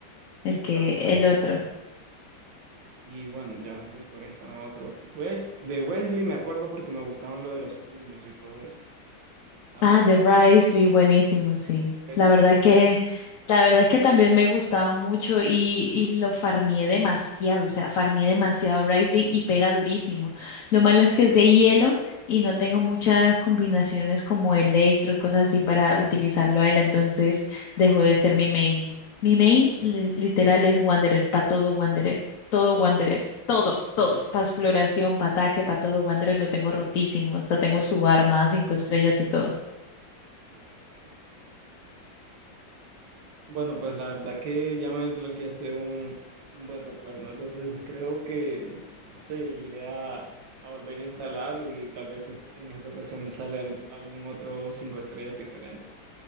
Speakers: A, on the right; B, on the left.
A: Y,
B: el que,
A: caso-
B: el otro.
A: y bueno, ya después están otros. Wes, de Wesley me acuerdo porque me gustaban lo de los puños y todo eso. A ver,
B: Ah, de Bryce
A: ¿cuál es?
B: Lee, buenísimo, sí.
A: Ese,
B: La verdad
A: ese,
B: es que,
A: ese.
B: la verdad es que también me gustaba mucho y, y lo farmié demasiado, o sea, farmié demasiado a Bryce Lee y pega durísimo. Lo malo es que es de hielo y no tengo muchas combinaciones como electro y cosas así para utilizarlo a él, entonces dejó de ser mi main. Mi main li- literal es Wanderer, para todo Wanderer, todo Wanderer. Todo, todo, para exploración, para ataque, para todo, Wanderer lo tengo rotísimo, hasta tengo su arma, cinco estrellas y todo.
A: Ah, bueno. Bueno, pues la verdad que ya me desbloqueaste un, un buen recuerdo, entonces creo que, no sé, iré a, a volver a instalarlo y tal vez est- en esta ocasión me sale al- algún otro cinco estrellas diferente.